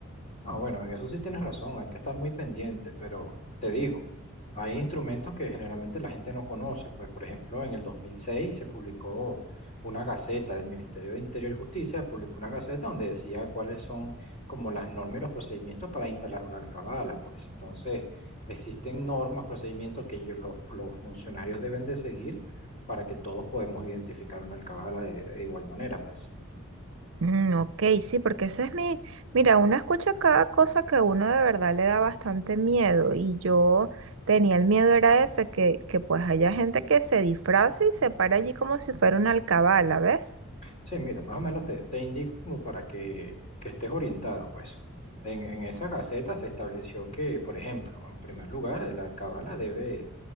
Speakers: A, on the left (about 30°); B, on the right (about 65°).
A: Ah, bueno, en eso sí tienes razón, hay que estar muy pendiente, pero te digo, hay instrumentos que generalmente la gente no conoce, pues por ejemplo en el 2006 se publicó una gaceta del Ministerio de Interior y Justicia, publicó una gaceta donde decía cuáles son como las normas y los procedimientos para instalar una alcabala, pues entonces existen normas, procedimientos que ellos- los, los funcionarios deben de seguir para que todos podemos identificar una alcabala de de igual manera, pues.
B: Mm, ok, sí, porque ese es mi, mira, uno escucha cada cosa que a uno de verdad le da bastante miedo y yo tenía el miedo era ese, que, que pues haya gente que se disfrace y se para allí como si fuera una alcabala, ¿ves?
A: Sí, mira, más o menos te, te indico como para que, que estés orientada, pues. En, en esa gaceta se estableció que, por ejemplo, en primer lugar, la cabala debe,